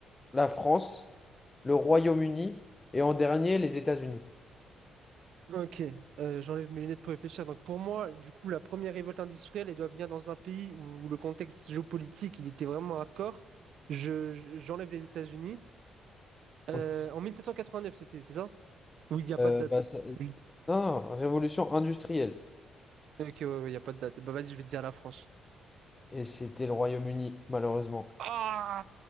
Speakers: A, on the left; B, on the right.
A: la France, le Royaume-Uni et en dernier, les États-Unis.
B: Ok, euh, j'enlève mes lunettes pour réfléchir. Donc pour moi, du coup, la première révolte industrielle, elle doit venir dans un pays où, où le contexte géopolitique, il était vraiment hardcore. Je, je- j'enlève les États-Unis. Euh,
A: Ok.
B: en 1789, c'était, c'est ça? Oui, il n'y a
A: Euh,
B: pas de date.
A: bah, ça-
B: Oui.
A: Non, non, révolution industrielle.
B: Ok, ouais, ouais, il n'y a pas de date. Bah vas-y, je vais te dire la France.
A: Et c'était le Royaume-Uni, malheureusement.
B: Ah,